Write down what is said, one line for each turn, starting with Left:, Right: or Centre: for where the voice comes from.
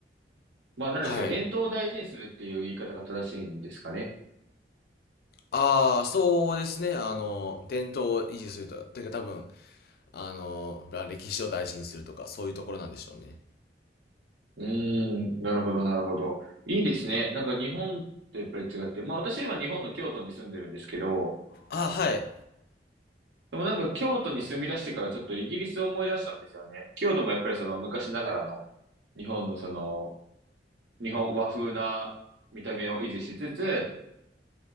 Right: まあ、なんですか、
Left: はい。
Right: 伝統を大事にするっていう言い方が正しいんですかね。
Left: ああ、そうですね。あの、伝統を維持すると、というか多分、あの、歴史を大事にするとか、そういうところなんでしょうね。
Right: うーん、なるほど、なるほど。いいですね。なんか日本とやっぱり違って、まあ私今日本の京都に住んでるんですけど、
Left: あ、はい。
Right: でもなんか京都に住み出してからちょっとイギリスを思い出したんですよね。京都もやっぱりその昔ながらの日本のその日本和風な見た目を維持しつつ、